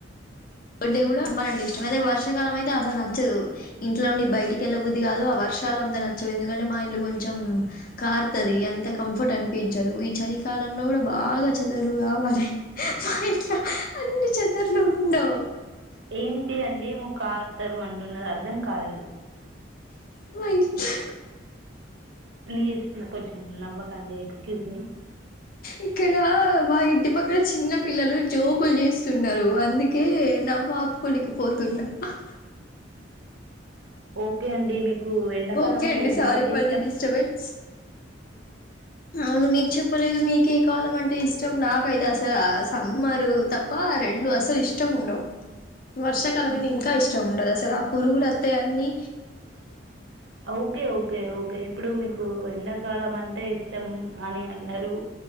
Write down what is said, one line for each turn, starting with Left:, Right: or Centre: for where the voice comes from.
Left: బర్త్డే కూడా సమ్మర్‌ అంటెఇష్టం అయితే వర్షకాలం అయితే అసలు నచ్చదు, ఇంట్లోండి బయటికి వెళ్ళబుద్ది కాదు ఆ వర్ష వర్షాలుఅంత నచ్చవు ఎందుకంటే మా ఇల్లు కొంచెం కార్తది అంత కంఫర్ట్ అనిపించదు ఈ చలి కాల కాలంలో కూడా బాగా చదరలు కావాలి మా ఇంట్లో అన్ని చదరలు ఉండవు,
Right: ఏంటిదండి ఎమోకారుతరు అంటున్నది అర్థం కాలేదు,
Left: మా ఇల్లు
Right: ప్లీజ్ కొంచెం మీరు నవ్వకండి ఎక్స్క్యూజ్ మీ
Left: ఇక్కడ మాఇంటి పక్కన చిన్న పిల్లలు జోకులు చేస్తున్నారు, అందుకే నవ్వా ఆపుకోలేకపోతు <unintelligible>
Right: ఓకే అండి మీకు మీకు ఎండాకాలం
Left: ఓకే
Right: అంటే
Left: అండి
Right: ఎందుకంతఇష్టం
Left: సారీ ఫర్ ది డిస్టర్బెన్స్ అవును మీకు చెప్పలేదు మీకే కాలం అంటే ఇష్టం నాకైతే అసలు సమ్మరు తప్ప, ఆరెండుఅసలు ఇష్టంఉండవు. వర్షాకాలం
Right: ఆహా
Left: అయితె ఇంకా ఇష్టం ఉండదు అసలు ఆ పురుగులత్తయిఅన్ని
Right: ఓకే ఓకే ఓకే ఇప్పుడు మీకు ఎండాకాలం అంటే ఇష్ తెంఅని అన్నారు